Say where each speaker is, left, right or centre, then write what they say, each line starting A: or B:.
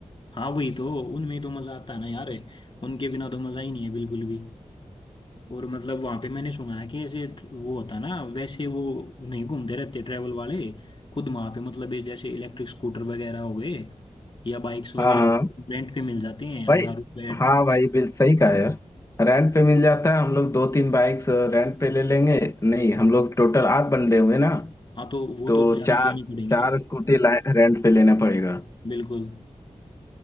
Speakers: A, on the left (about 40°); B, on the left (about 25°).
A: हाँ वही तो उनमें ही तो मजा आता है ना यार उनके बिना तो मजा ही नहीं है बिल्कुल भी और मतलब वहां पे मैंने सुना है कि ऐसे वो होता है ना वैसे वो नहीं घूमते रहते ट्रैवल वाले खुद वहां पे मतलब ये जैसे इलेक्ट्रिक स्कूटर वगैरह हो गए या बाइक्स वगैरह
B: हाँ हाँ
A: हो गई रेंट पे मिल जाते हैं
B: भाई
A: हजार रुपये
B: हाँ भाई बिल सही कहा यार रेंट पे मिल जाता है हम लोग दो तीन बाइक्स रेंट पे ले लेंगे नहीं हम लोग टोटल आठ बंदे हुए ना
A: हाँ तो वो
B: तो
A: तो ज्यादा
B: चार
A: लेनी पड़ेगी
B: चार
A: ना
B: स्कूटी रेंट पे लेना पड़ेगा
A: बिल्कुल